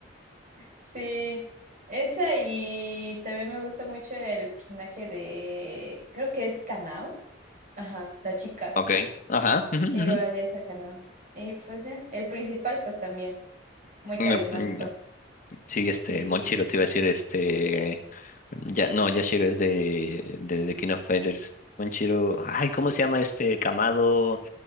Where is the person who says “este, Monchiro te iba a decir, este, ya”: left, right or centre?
Left